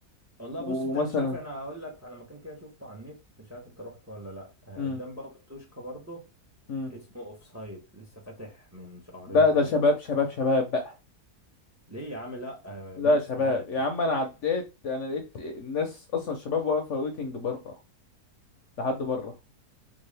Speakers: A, on the right; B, on the left.
A: والله
B: ومثلا
A: بص انت أنا مش عارف انا هقول لك على مكان كده شفته على النت مش عارف انت رحت ولا لا آه،
B: امم
A: قدام باب التوشكا برضه
B: امم
A: اسمه اوف سايد لسه فاتح من شهرين
B: ده
A: ثلاثه
B: ده شباب شباب شباب بقى
A: ليه يا عم لا آه،
B: لا
A: ميكس
B: شباب
A: عادي
B: يا عم انا عديت انا لقيت الناس اصلا الشباب واقفه ويتنج بره لحد بره